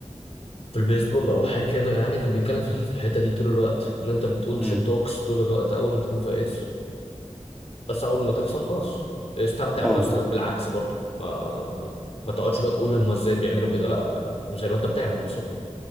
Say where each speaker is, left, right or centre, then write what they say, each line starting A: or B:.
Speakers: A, on the left; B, in the centre.
A: في البيسبول او حاجه كده يعني كان بيتكلم في في الحته دي طول الوقت ان انت بتقول
B: امم
A: شيت توكس طول الوقت اول ما تكون فايز بس اول ما تخسر خلاص استمتع بنفس
B: اه
A: بالعكس
B: اه
A: برضه ما ما تقعدش بقى تقول هم ازاي بيعملوا كده لا مش زي ما انت بتعمل بالظبط